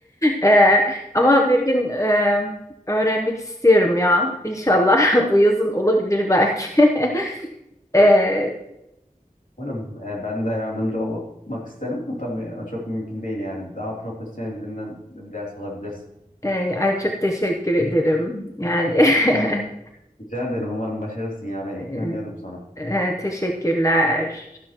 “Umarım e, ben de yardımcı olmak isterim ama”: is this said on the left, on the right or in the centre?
Left